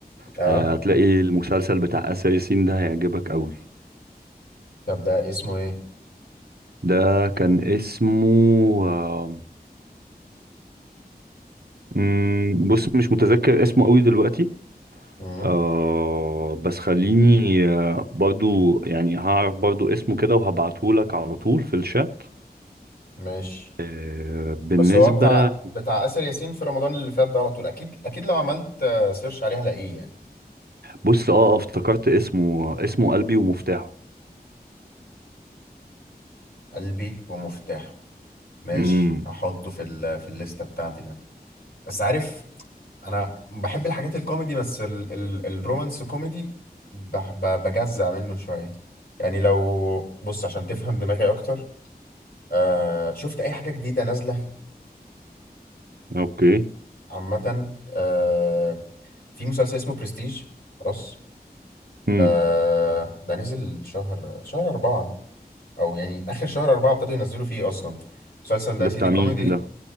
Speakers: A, on the left; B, on the right.
A: اه
B: هتلاقي المسلسل بتاع آسر ياسين ده هيعجبك قوي
A: طب ده اسمه ايه
B: ده كان اسمه آه، مم، بص مش متذكر اسمه قوي دلوقتي
A: امم
B: آه بس خليني آه، برضو يعني هعرف برضو اسمه كده وهبعتهولك على طول في الشات
A: ماشي
B: آه، بالنسبة
A: بس هو بتاع بتاع آسر ياسين في رمضان اللي فات ده على طول اكيد اكيد لو عملت آه، سيرش عليه هلاقيه يعني
B: بص اه آه، افتكرت اسمه آه، اسمه قلبي ومفتاحه
A: قلبي ومفتاحه ماشي
B: امم
A: هحطه في ال... في الليسته بتاعتي ده بس عارف انا بحب الحاجات الكوميدي بس ال ال الرومانس كوميدي بح- ب- بجزع منه شوية يعني لو بص عشان تفهم دماغي اكتر آه شفت اي حاجة جديدة نازلة
B: اوكي
A: عامة آه في مسلسل اسمه برستيج خلاص
B: امم
A: آه ده نزل شهر شهر أربعة أو يعني آخر شهر أربعة ابتدوا ينزلوا فيه أصلا المسلسل ده
B: ده
A: يا سيدي
B: بتاع
A: كوميدي
B: مين ده